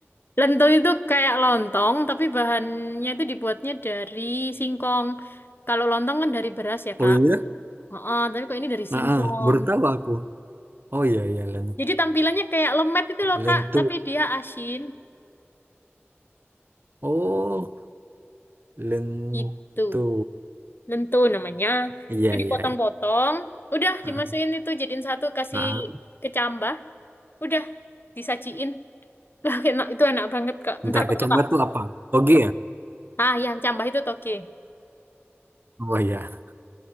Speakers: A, on the left; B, on the right.
A: Lento itu kayak lontong tapi bahannya itu dibuatnya dari singkong. Kalau lontong kan dari beras ya,
B: Oh
A: Kak.
B: iya.
A: Heeh, tapi kok ini dari
B: Heeh,
A: singkong.
B: baru tahu aku. Oh iya iya lentu.
A: Jadi tampilannya kayak lemet itu loh,
B: Lentu.
A: Kak, tapi dia asin
B: Oh, lentu.
A: gitu. lentur namanya.
B: Iya
A: Itu dipotong-potong,
B: iya iya.
A: udah
B: Heeh.
A: dimasukin itu jadiin satu kasih
B: Heeh.
A: kecambah, udah disajiin. Lah enak itu enak banget Kak.
B: Ntar
A: Ntar kalau
B: kecambah
A: Kakak
B: tuh apa? Oke ya?
A: ah yang cambah itu toge.
B: Oh iya.